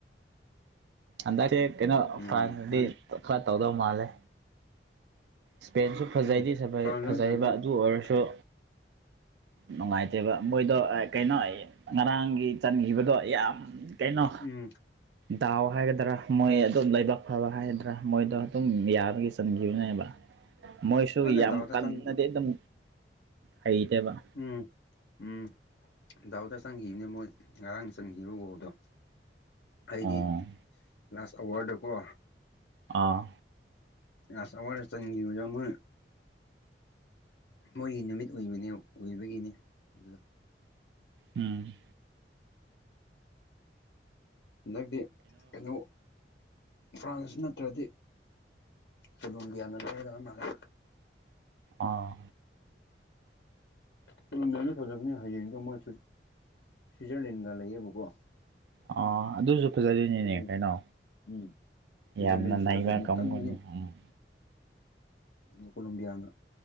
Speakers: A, on the right (about 75°); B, on the left (about 75°).
A: ꯑꯗꯛꯇꯤ ꯀꯩꯅꯣ
B: ꯎꯝ
A: ꯐ꯭ꯔꯥꯟꯁꯗꯤ
B: ꯃꯥꯅꯦ
A: ꯈꯔꯥ ꯇꯧꯗꯧ ꯃꯥꯜꯂꯦ ꯁ꯭ꯄꯦꯟꯁꯨ ꯐꯖꯩꯗꯤ
B: ꯎꯝ ꯐ꯭ꯔꯥꯟꯁ
A: ꯐꯖꯩꯕ
B: ꯅꯠꯇ꯭ꯔꯗꯤ
A: ꯑꯗꯨ ꯑꯣꯏꯔꯁꯨ
B: <inaudible>
A: ꯅꯨꯡꯉꯥꯏꯇꯦꯕ ꯃꯣꯏꯗꯣ ꯀꯩꯅꯣ ꯉꯔꯥꯡꯒꯤ ꯆꯟꯈꯤꯕꯗꯣ ꯌꯥꯝ ꯀꯩꯅꯣ
B: ꯎꯝ
A: ꯗꯎ ꯍꯥꯏꯒꯗ꯭ꯔꯥ ꯃꯣꯏ ꯑꯗꯨ ꯂꯥꯏꯕꯛ ꯐꯕ ꯍꯥꯏꯒꯗ꯭ꯔꯥ ꯃꯣꯏꯗꯣ ꯑꯗꯨꯝ ꯌꯥꯕꯒꯤ ꯆꯟꯈꯤꯕꯅꯦꯕ ꯃꯣꯏꯁꯨ
B: ꯃꯥꯅꯦ
A: ꯌꯥꯝ
B: ꯗꯥꯎꯗ
A: ꯀꯟꯅꯗꯤ
B: ꯆꯪ
A: ꯑꯗꯨꯝ ꯍꯩꯇꯦꯕ
B: ꯎꯝ ꯎꯝ ꯗꯥꯎꯗ ꯆꯪꯈꯤꯕꯅꯦ ꯃꯣꯏ ꯉꯔꯥꯡ ꯆꯟꯈꯤꯕ ꯒꯣꯜꯗꯣ ꯑꯩꯗꯤ
A: ꯑꯣ
B: ꯂꯥꯁ ꯑꯋꯥꯔꯗꯀꯣ
A: ꯑꯥ
B: ꯂꯥꯁ ꯑꯋꯥꯔ ꯆꯟꯒꯤꯕꯗꯣ ꯃꯣꯏ ꯃꯣꯏꯒꯤ ꯅꯨꯃꯤꯠ ꯑꯣꯏꯕꯅꯦ ꯑꯣꯏꯕꯒꯤꯅꯤ ꯑꯗꯨꯗ
A: ꯎꯝ
B: ꯍꯟꯗꯛꯗꯤ ꯀꯩꯅꯣ ꯐ꯭ꯔꯥꯟꯁ ꯅꯠꯇ꯭ꯔꯗꯤ ꯁꯂꯣꯡꯕꯤꯌꯥꯅ ꯂꯩꯒ ꯑꯃꯅ
A: ꯑꯥ
B: ꯄꯂꯝꯕꯤꯌꯥꯅ ꯐꯖꯕꯅꯤ ꯍꯌꯦꯡꯗꯣ ꯃꯣꯏ ꯁꯤ ꯁ꯭ꯋꯤꯠꯖꯔꯂꯦꯟꯒ ꯂꯩꯌꯦꯕꯀꯣ
A: ꯑꯥ ꯑꯗꯨꯁꯨ ꯐꯖꯗꯣꯏꯅꯤꯅꯦ
B: ꯁꯤꯖ ꯎꯝ
A: ꯀꯩꯅꯣ
B: <unintelligible> ꯁ꯭ꯋꯤꯠꯖꯔꯂꯦꯟꯁꯨ
A: ꯌꯥꯝꯅ ꯅꯩꯕ
B: ꯐꯖꯕꯅꯤ
A: ꯀꯥꯡꯕꯨꯅꯤ
B: ꯀꯟꯕꯅꯤ
A: ꯎꯝ
B: ꯑꯣ ꯀꯂꯝꯕꯤꯌꯥꯅ